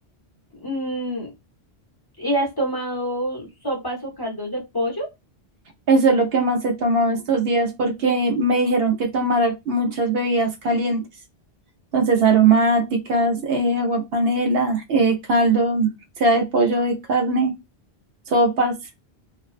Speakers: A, on the left; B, on the right.
A: Mm, ¿y has tomado sopas o caldos de pollo?
B: Eso es lo que más he tomado estos días porque me dijeron que tomara muchas bebidas calientes. Entonces, aromáticas, eh, agua panela, eh, caldo, sea de pollo, de carne, sopas